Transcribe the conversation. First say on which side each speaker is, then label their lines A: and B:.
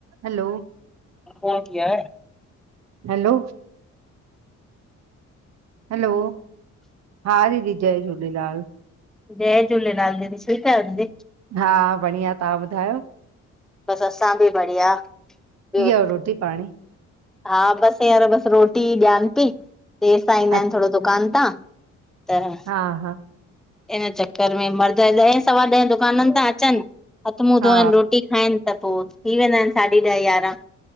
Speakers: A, on the right; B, in the centre.
A: हलो
B: phone किया है?
A: Hello hello, हा दीदी जय झूलेलाल।
B: जय झूलेलाल दीदी, ठीक आहियो दीदी?
A: हा बढ़िया, तव्हां ॿुधायो?
B: बसि असां बि बढ़िया। ॿियो
A: थी वियव रोटी पाणी?
B: हा बसि हिंयर बसि रोटी ॾियानि थी। देरि सां ईंदा
A: अ
B: आहिनि थोरो दुकान तां। त <unintelligible>
A: हा हा <unintelligible>
B: इन्हें चक्कर में मर्द ॾहें सवा ॾहें दुकाननि ता अचनि हथु मुंहुं
A: हा
B: धोईनि रोटी खाइनि त पोइ थी वेंदा आहिनि साढी ॾह यारहां।